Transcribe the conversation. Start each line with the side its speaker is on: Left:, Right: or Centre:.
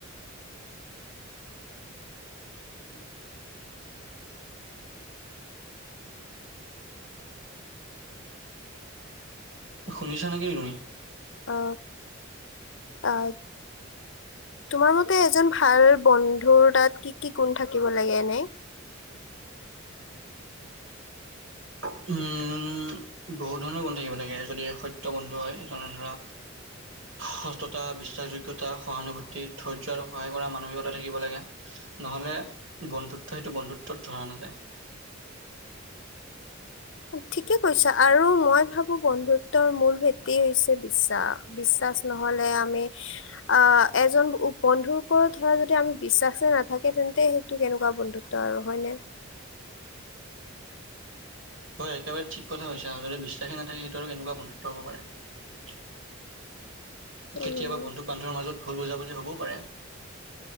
Right: <inaudible> শুনিছা নেকি তুমি?
Left: অ অ। তোমাৰ মতে এজন ভাল বন্ধুৰ তাত কি কি গুণ থাকিব লাগে এনে?
Right: উম বহুত ধৰণৰ গুণ থাকিব লাগে যদি সত ত বন্ধু হয় যেনে ধৰা সস্ততা, বিশ্বাসযোগ্যতা, সহানুভূতি, ধৈৰ্য আৰু সহায় কৰা মানসিকতা থাকিব লাগে। নহলে বন্ধুত্ব সেইটো বন্ধুত্বত ধৰা নাযায়।
Left: ঠিকে কৈছা, আৰু মই ভাবো বন্ধুত্বৰ মূল ভেটি হৈছে বিশ্বাস। বিশ্বাস নহলে আমি আহ এজন বন্ধুৰ ওপৰত ধৰা যদি আমি বিশ্বাসে নাথাকে তেন্তে সেইটো কেনেকুৱা বন্ধুত্ব ত আৰু হয়নে?
Right: হয় একেবাৰে ঠিক কথা কৈছা, যদি বিশ্বাসী নাথাকে সেইটো আৰু কেনেকুৱা বন্ধুত্ব হব পাৰে।
Left: উম।
Right: কেতিয়াবা বন্ধু বান্ধৱৰ মাজত ভুল বুজাবুজি হ'বও পাৰে।